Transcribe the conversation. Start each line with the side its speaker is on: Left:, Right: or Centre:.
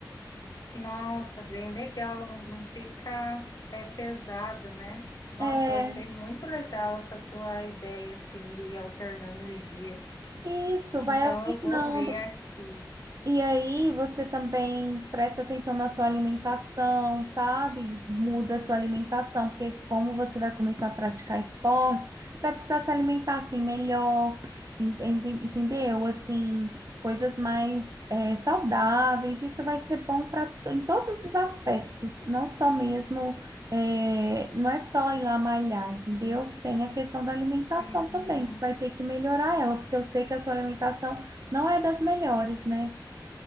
Left: nossa, bem legal, não, não fica é, pesado, né? Nossa,
Right: É,
Left: eu achei muito legal essa tua ideia, assim, de ir alternando os dias.
Right: isso,
Left: Então,
Right: vai alternando.
Left: eu vou ver aqui.
Right: E aí você também presta atenção na sua alimentação, sabe? Muda a sua alimentação, porque como você vai começar a praticar esportes, você vai precisar se alimentar assim melhor, en- ente- entendeu? Assim, coisas mais eh, saudáveis. Isso vai ser bom para em todos os aspectos, não só mesmo, eh, não é só ir lá malhar, entendeu? Tem a questão da alimentação
Left: Uhum.
Right: também, que você vai ter que melhorar ela, porque eu sei que a sua alimentação não é das melhores, né?